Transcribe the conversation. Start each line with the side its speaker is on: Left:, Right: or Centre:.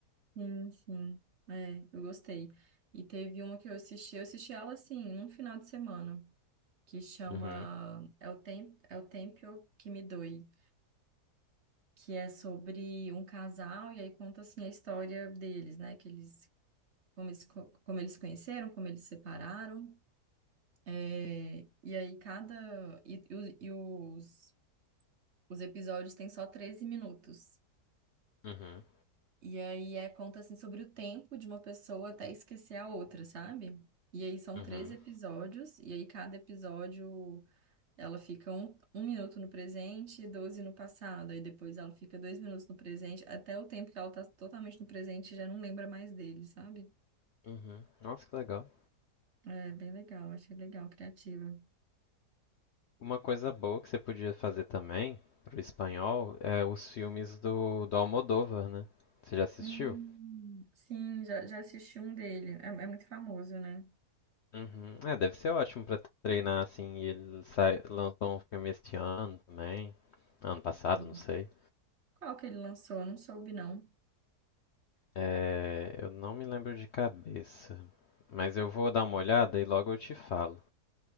Right: Sim, sim. É, eu gostei. E teve uma que eu assisti, eu assisti ela assim, num final de semana, que chama
Left: Uhum,
Right: É o Tempo, É o Tempo que me doe, que é sobre um casal e aí conta assim a história deles, né, que eles como eles, co- como eles se conheceram, como eles se separaram. É, e aí cada e, e os, e os os episódios têm só 13 minutos.
Left: uhum,
Right: E aí é conta assim sobre o tempo de uma pessoa até esquecer a outra, sabe? E aí são
Left: uhum,
Right: três episódios, e aí cada episódio ela fica um, um minuto no presente e 12 no passado. Aí depois ela fica dois minutos no presente, até o tempo que ela tá totalmente no presente já não lembra mais dele, sabe?
Left: uhum. Nossa, que legal.
Right: É bem legal, achei legal, criativa.
Left: Uma coisa boa que você podia fazer também pro espanhol é os filmes do, do Almodóvar, né? Você já assistiu?
Right: Hum, sim, já, já assisti um dele. É, é muito famoso, né?
Left: Uhum. É, deve ser ótimo pra treinar assim. E ele sai, lançou um filme este ano também. Ano passado,
Right: Sim.
Left: não sei.
Right: Qual que ele lançou? Eu Não soube, não.
Left: É, eu não me lembro de cabeça, mas eu vou dar uma olhada e logo eu te falo.